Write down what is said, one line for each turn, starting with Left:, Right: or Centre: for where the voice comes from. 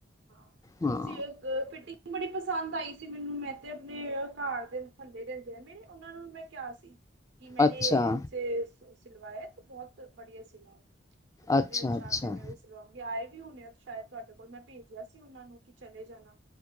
Right: ਹਾਂ
Left: ਹਾਂ
Right: ਸੇਮ। ਅ ਫਿਟਿੰਗ ਬੜੀ ਪਸੰਦ ਆਈ ਸੀ। ਮੈਨੂੰ ਮੈਂ ਤੇ ਆਪਣੇ ਘਰ ਦੇ ਥੱਲੇ ਰਹਿੰਦੇ ਨੇ। ਉਹਨਾਂ ਨੂੰ ਵੀ ਮੈਂ ਕਿਹਾ ਸੀ। ਕਿ ਮੈਨੇ
Left: ਅੱਛਾ
Right: ਇੱਥੇ ਸੂਟ ਸਿਲਵਾਇਆ ਤੇ ਬਹੁਤ ਵਧੀਆ ਸਿਲਾ ਏ। <inaudible>
Left: ਅੱਛਾ-ਅੱਛਾ ਅੱਛਾ
Right: ਲੋਕੀ ਆਏ ਵੀ ਹੋਣੇ ਆ ਸ਼ਾਇਦ ਤੁਹਾਡੇ ਕੋਲ ਮੈਂ ਭੇਜਿਆ ਸੀ ਉਹਨਾਂ ਨੂੰ ਕਿ ਚਲੇ ਜਾਣਾ।